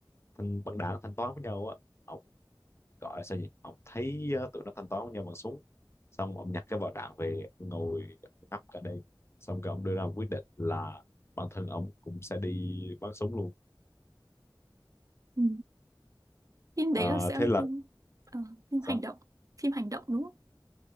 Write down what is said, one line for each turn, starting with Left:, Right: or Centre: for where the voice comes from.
Left: thanh băng đảng thanh toán với nhau á ông gọi là sao nhỉ ông thấy uh, tụi nó thanh toán với nhau bằng súng xong ông nhặt cái vỏ đạn về ông ngồi ngắp cả đêm xong rồi ông đưa ra một quyết định là bản thân ông cũng sẽ đi bắn súng luôn
Right: ừ. phim
Left: Ờ,
Right: đấy là sẽ
Left: thế
Right: là
Left: là
Right: phim ờ, phim
Left: sao
Right: hành động phim hành động đúng không